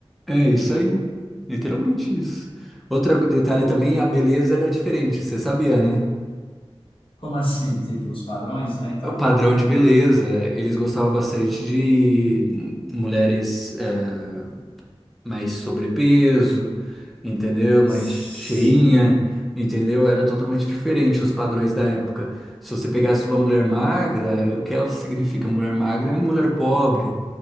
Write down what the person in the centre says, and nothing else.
é isso aí, literalmente isso. Outro detalhe também, a beleza era diferente, você sabia, né?
O padrão de beleza, eles gostavam bastante de mulheres eh, mais sobrepeso, entendeu? Mais
cheinha, entendeu? Era totalmente diferente os padrões da época. Se você pegasse uma mulher magra, é, o que ela significa? Mulher magra é uma mulher pobre,